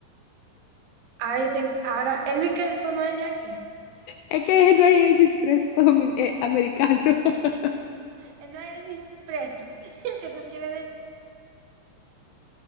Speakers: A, on the right; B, on the left.
A: Ahora, estoy- ahora, Elvis Crespo no es el de aquí,
B: es que no hay Elvis Crespo domin- eh, americano. <laughs>
A: él no es Elvis Presley, <laughs> que tú quieres decir.